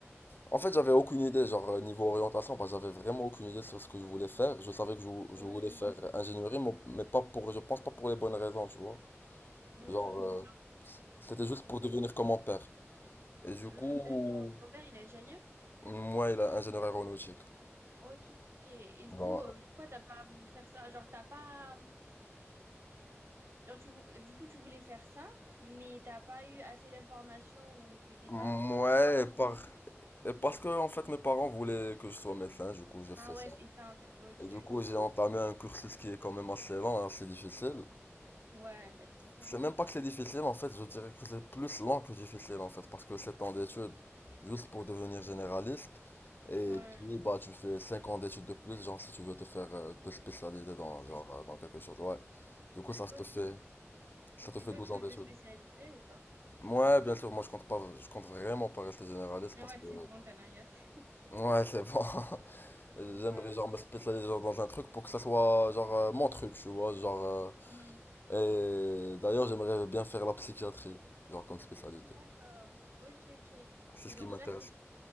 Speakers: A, on the left; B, on the right.
A: en fait, j'avais aucune idée, genre, euh, niveau orientation, bah, j'avais vraiment aucune idée sur ce que je voulais faire. Je savais que je, vou-
B: Ouais.
A: je voulais faire ingénierie, mais mais pas pour, je pense pas pour les bonnes raisons, tu vois.
B: Hmm.
A: Genre, euh, c'était juste pour devenir comme mon père. Et du
B: Hmm,
A: coup,
B: d'accord. Ton père, il est ingénieur?
A: moi, il a ingénieur aéronautique.
B: Ok. Et, et du
A: Bon,
B: coup, euh, pourquoi t'as pas voulu faire ça? Genre, t'as pas... Genre, tu, vou- du coup, tu voulais faire ça, mais t'as pas eu assez d'informations ou t'étais
A: ouais,
B: pas bien orientée.
A: et, par... et parce que, en fait, mes parents voulaient que je sois médecin, du coup, j'ai fait
B: Ah ouais,
A: ça.
B: c'est ça, en fait. Ok,
A: Et du coup,
B: ok.
A: j'ai entamé un cursus qui est quand même assez lent, assez difficile.
B: Ouais, bah tu m'étonnes.
A: C'est même pas que c'est difficile, en fait, je dirais que c'est plus lent que difficile, en fait, parce que 7 ans d'études, juste pour devenir généraliste. Et
B: Ouais,
A: puis, bah, tu fais 5 ans d'études de plus, genre, si tu veux te faire, euh, te spécialiser dans,
B: spécialisé.
A: genre, euh, dans quelque chose, ouais. Du coup,
B: Et
A: ça
B: toi,
A: te
B: tu...
A: fait, ça te
B: Et
A: fait
B: toi,
A: 12
B: tu
A: ans
B: veux
A: d'études.
B: te spécialiser ou pas?
A: Ouais, bien sûr, moi je compte pas, je compte vraiment pas rester généraliste
B: Ah
A: parce
B: ouais,
A: que.
B: c'est bon, t'as l'air <laughs>
A: Ouais, c'est bon. <laughs>
B: Ouais,
A: J'aimerais genre
B: ouais.
A: me spécialiser genre, dans un truc pour que ça soit genre euh, mon truc, tu vois. Genre.
B: Mhm.
A: euh, Et d'ailleurs, j'aimerais bien faire la psychiatrie, genre comme spécialité.
B: D'accord. Ok, ok.
A: C'est
B: Et
A: ce
B: donc
A: qui m'intéresse.
B: là, t'es...